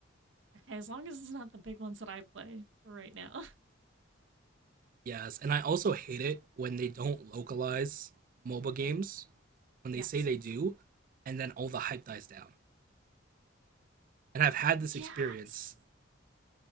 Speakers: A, on the right (about 65°); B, on the right (about 45°).
A: Okay, as long as it's not the big ones that I play for right now.
B: Yes, and I also hate it when they don't localize MOBA games when
A: <laughs>
B: they
A: Yes.
B: say they do, and then all the hype dies down. And I've had this
A: Yes.
B: experience,